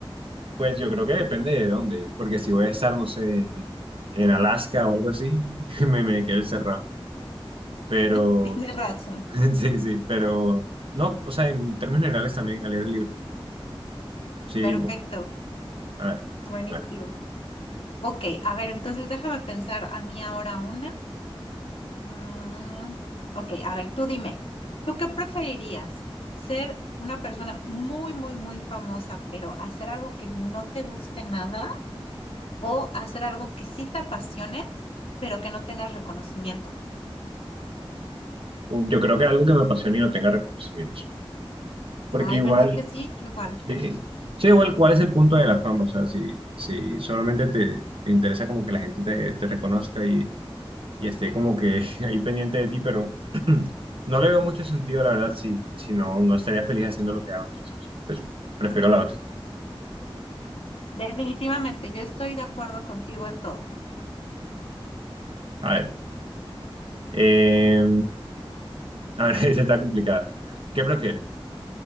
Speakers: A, on the right; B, on the left.
A: Pues yo creo que depende de dónde, porque si voy a estar, no sé, en, en Alaska o algo así, <laughs> me, me quedo encerrado. Pero,
B: <laughs> Tienes razón.
A: <laughs> sí, sí, pero no, o sea, en términos generales también al aire libre. Sí,
B: Perfecto,
A: bu- a ver,
B: buenísimo.
A: bueno,
B: Ok, a ver, entonces déjame pensar a mí ahora una. Mm, ok, a ver, tú dime, ¿tú qué preferirías? ¿Ser una persona muy, muy, muy famosa, pero hacer algo que no te guste nada o hacer algo que sí te apasione, pero que no tengas reconocimiento?
A: u- yo creo que algo que me apasione y no tenga reconocimientos, porque
B: Ay,
A: igual,
B: ¿verdad que sí? Yo igual.
A: sí, sí, igual, ¿cuál es el punto de la fama? O sea, si, si solamente te, te interesa como que la gente te, te reconozca y esté como que <laughs> ahí pendiente de ti, pero <clears throat> no le veo mucho sentido, la verdad, si, si no, no estaría feliz haciendo lo que hago, entonces, pues prefiero la otra.
B: Definitivamente, yo estoy de acuerdo contigo en todo.
A: A ver, eh, a ver, <laughs> esa está complicada. ¿Qué prefieres?